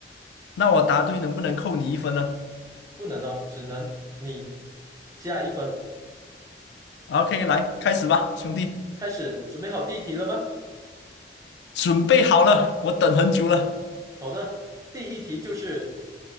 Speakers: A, on the left; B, on the right.
A: 那我答对能不能扣你一分呢
B: 不能哦，只能你加一分。
A: ？OK，来，开始吧，兄弟，
B: 开始，准备好第一题了吗？
A: 准备好了，我等很久了。
B: 好的，第一题就是